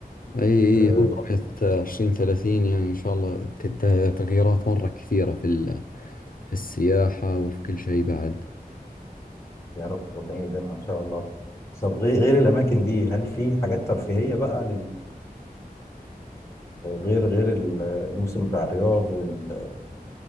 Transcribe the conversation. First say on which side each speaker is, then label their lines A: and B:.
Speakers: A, on the left; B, on the left.
A: أي أي،
B: آه،
A: هو رؤية عشرين ثلاثين يعني إن شاء الله ت- تغييرات مرة كثيرة في في السياحة وفي كل شيء بعد
B: يا رب ربنا يديمها ان شاء الله طب غير غير الاماكن دي هل في حاجات ترفيهيه بقى غير غير ال- الموسم بتاع الرياض وال-